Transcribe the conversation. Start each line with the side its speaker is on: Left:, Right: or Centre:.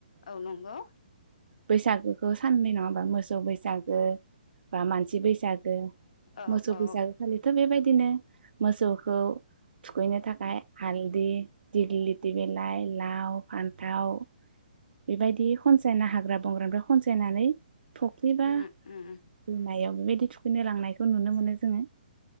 Left: औ नंगौ
Right: बैसागोखौ साननै नङा होमबा मोसौ बैसागो बा मानसि बैसागो
Left: औ
Right: मोसौ
Left: औ
Right: फैसागो खालि थ' बेबायदिनो मोसौखौ थुखैनो थाखाय हालदि दिगलिथि बिलाइ लाव फान्थाव बेबायदि खनसायना हाग्रा बंग्रानिफ्राय खनसायनानै फख्रिबा
Left: उम उम
Right: दैमायाव बेबायदि थुखैनो लांनायखौ नुनो मोनो जोङो